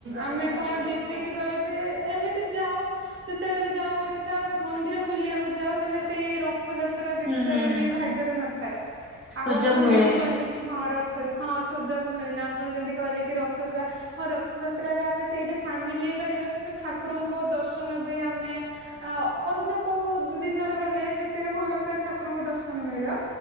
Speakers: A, on the right; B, in the centre.
A: ଆମେ କଣ ଯେତିକି ବେଳେ ବି ଏମିତି ଯାଉ ଯେତେବେଳେ ବି ଯାଉ ଓଡିଶା ମନ୍ଦିର ବୁଲିବାକୁ ଯାଉ ହେଲେ ସେଇ ର ରଥଯାତ୍ରା ଦେଖିବାର
B: ହୁଁ ହୁଁ ହୁଁ
A: ବି ଭାଗ୍ୟରେ ନଥାଏ ଆଉ
B: ସୁଯୋଗ
A: ଆପଣ
B: ମିଳେନି
A: ଯେମିତି କହିଲେ କି ହଁ ର ହଁ ସୁଯୋଗ ମିଳେନା ଆପଣ ଯେମିତି କହିଲେ କି ରଥଟା ହଁ ରଥଯାତ୍ରାରେ ଆମେ ସେଇଟା ସାମିଲ ହେଇପାରିବା କିନ୍ତୁ ଠାକୁରଙ୍କ ଦର୍ଶନ ବି ଆମେ ଅ ଅନ୍ୟ କୋଉ ଦିନରେ ଗଲେ ଯେତିକି ଭଲସେ ଠାକୁରଙ୍କ ଦର୍ଶନ ମିଳିବ